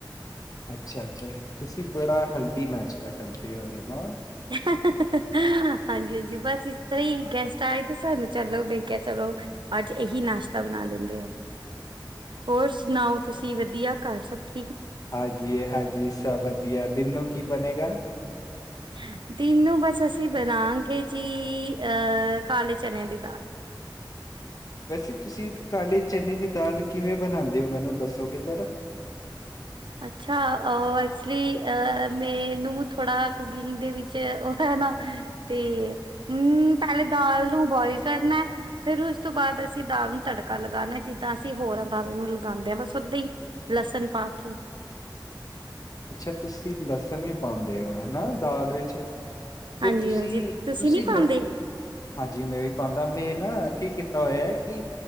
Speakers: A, on the left; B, on the right.
A: ਅੱਛਾ-ਅੱਛਾ, ਤੁਸੀਂ ਬੜਾ ਹੇਲਦੀ ਨਾਸ਼ਤਾ ਕਰਦੇ ਔ ਨਾ।
B: ਹਾ-ਹਾ-ਹਾ-ਹਾ। ਹਾਂਜੀ-ਹਾਂਜੀ, ਬਸ ਇਸ ਤਰ੍ਹਾਂ ਈ ਗੈਸਟ ਆਏ ਤੇ ਸਾਨੂੰ ਚੱਲੋ, ਬਈ ਕਿਆ ਚਲੋ। ਔ ਹ ਅੱਜ ਇਹੀ ਨਾਸ਼ਤਾ ਬਣਾ ਲੈਂਦੇ ਆਂ, ਹੋਰ ਸੁਣਾਓ ਤੁਸੀਂ ਵਧੀਆ ਘਰ ਸਭ ਠੀ
A: ਹਾਂਜੀ-ਹਾਂਜੀ। ਸਭ ਵਧੀਆ ਦਿਨ ਨੂੰ ਕੀ ਬਣੇਗਾ?
B: ਹ <inaudible> ਦਿਨ ਨੂੰ ਬਸ ਅਸੀਂ ਬਣਾਗੇ ਜੀ, ਅ, ਕਾਲੇ ਚਨਿਆ ਦੀ ਦਾਲ। <inaudible>
A: ਵੈਸੇ ਤੁਸੀਂ ਕਾਲੇ ਚਨੇ ਦੀ ਦਾਲ ਕਿਵੇਂ ਬਣਾਦੇ ਔ, ਮੈਨੂੰ ਦੱਸੋਗੇ ਜ਼ਰਾ?
B: ਅੱਛਾ, ਅ ਐਕਚਲੀ ਅ ਮੈਨੂੰ ਥੋੜਾ ਕੁਕਿੰਗ ਦੇ ਵਿੱਚ ਉਹ ਸੁਣੋ, ਤੇ ਹੂ ਪਹਿਲੇ ਦਾਲ ਨੂੰ ਬੋਇਲ ਕਰਨਾ। ਫੇਰ ਉਸ ਤੋਂ ਬਾਅਦ ਅ ਅਸੀਂ ਦਾਲ ਨੂੰ ਤੜਕਾ ਲਗਾਨੇ, ਜਿੱਦਾ ਅਸੀਂ ਹੋਰਾਂ ਦਾਲਾ ਨੂੰ ਲਗਾਂਦੇ, ਬਸ ਓਦਾਂ ਈ ਲਸਣ ਪਾ ਸਕਕਿਬ <inaudible>
A: ਅੱਛਾ, ਤੁਸੀਂ ਲਸਣ ਵੀ ਪਾਣਦੇ ਔ ਹੈਨਾ, ਦਾਲ ਵਿੱਚ। ਤੇ
B: ਹਾਂਜੀ
A: ਤੁਸੀਂ,
B: ਹਾਂਜੀ
A: ਤੁਸੀਂ
B: ਨੀ ਪਾਉਂਦੇ
A: ਲਸਨ, ਹਾਂਜੀ ਮੈਂ ਵੀ ਪਾਣਦਾ ਮੇਨ ਨਾ ਕੀ ਕੀਤਾ ਹੋਇਆ, ਕਿ